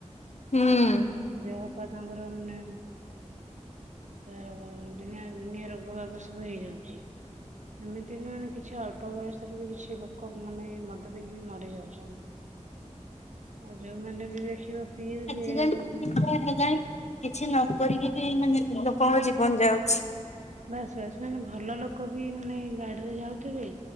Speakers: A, on the left; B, on the right.
A: ହୁଁ।
B: ଆଉ ଦେହ ପା ତାଙ୍କର ମାନେ ଆଉ ଡିଆ ଦୁନିଆ ରୋଗ ବାଗ ସବୁ ହେଇଯାଉଛି ଏମିତି ବି ମାନେ କିଛି ଅଳ୍ପ ବୟସରେ ବି କିଛି ଲୋକ ମାନେ ମଦ ପିଇକିବି ମରି ଯାଉଛନ୍ତି ଆଉ ଯୋଉମାନେ ବି ଦେଖିବ <unintelligible>
A: ଆଜିକାଲି ହେଲାଣି କିଛି ନ କରିକି ବି ମାନେ ଲୋକଙ୍କ ଜୀବନ ଯାଉଛି।
B: ବାସ ବାସ ମାନେ ଭଲ ଲୋକ ବି ମାନେ ଗାଡିରେ ଯାଉଥିବେ?